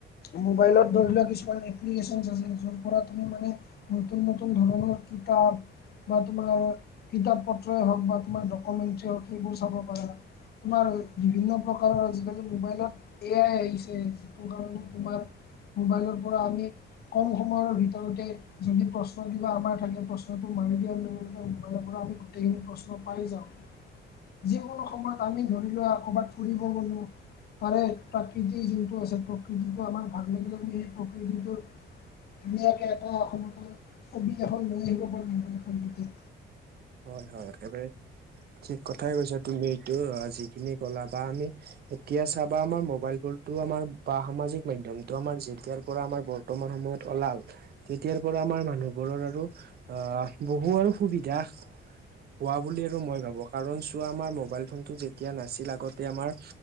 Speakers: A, on the left; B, on the right.
A: মোবাইলত ধৰি লোৱা কিছুমান এপ্লিকেশচন চেপলিকেশনৰ পৰা তুমি মানে। নতুন নতুন ধৰণৰ কিতাপ। বা তোমাৰ কিতাপ পত্ৰ এ হওঁক বা তোমাৰ ডকুমেণ্টছ এ হওঁক সেইবোৰ চাব পাৰা। তোমাৰ, বিভিন্ন প্ৰকাৰৰ আজিকালি মোবাইলত এয়াই আহিছে যিটো কাৰণে তোমাৰ মোবাইলৰ পৰা আমি কম সময়ৰ ভিতৰতে যদি প্ৰশ্ন কিবা আমাৰ থাকে প্ৰশ্নটো মাৰি দিয়াৰ লগে লগে মোবাইলৰ পৰা আমি গোটেইখিনি প্ৰশ্ন পাই যাওঁ। যিকোনো সময়ত আমি ধৰি লোৱা কবাত ফুৰিব গলোঁ। তাৰে প্ৰাকৃতি যোনটো আছে প্ৰকৃতিটো আমাৰ ভাল লাগিলে বুলি সেই প্ৰকৃতিটোৰ ধুনীয়াকে এটা অসমৰ কাৰণে ছবি এখন লৈ আহিব পাৰোঁ
B: হয় হয় একেবাৰে-ঠিক কথাই কৈছা তুমি এইটো যিখিনি ক'লা বা আমি এতিয়া চাবা আমাৰ মোবাইল ফোনটো আমাৰ বা সামাজিক মাধ্যমটো আমাৰ যেতিয়াৰ পৰা আমাৰ বৰ্তমান সময়ত ওলাল। তেতিয়াৰ পৰা আমাৰ মানুহবোৰৰ আৰু আহ, বহু আৰু সুবিধা। হোৱা বুলি আৰু মই ভাবোঁ কাৰণ চোৱা আমাৰ মবাইল ফোনটো যেতিয়া নাছিল আগতে আমাৰ অ',